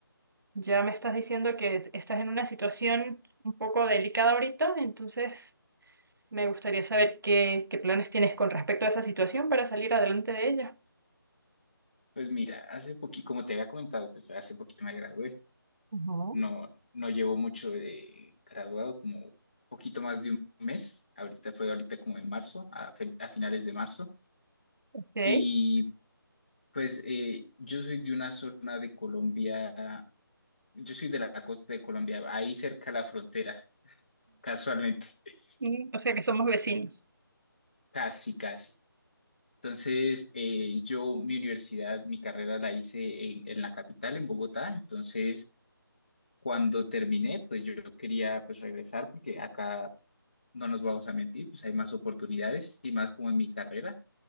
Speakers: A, on the right; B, on the left.
A: Ya me estás diciendo que estás en una situación un poco delicada ahorita, entonces me gustaría saber qué, qué planes tienes con respecto a esa situación para salir adelante de ella.
B: Pues mira, hace poquito, como te había comentado, pues hace poquito me gradué.
A: Ujú.
B: No, no llevo mucho de graduado, como poquito más de un mes. Ahorita fue ahorita como en marzo, a, fe- a finales de marzo.
A: Ok.
B: Y pues eh, yo soy de una zona de Colombia Yo soy de la costa de Colombia, ahí cerca de la frontera, casualmente, <laughs>
A: Mm, O sea que somos vecinos.
B: casi, casi. Entonces, eh, yo mi universidad, mi carrera la hice en, en la capital, en Bogotá. Entonces, cuando terminé, pues yo quería pues regresar porque acá no nos vamos a mentir, pues hay más oportunidades y más como en mi carrera.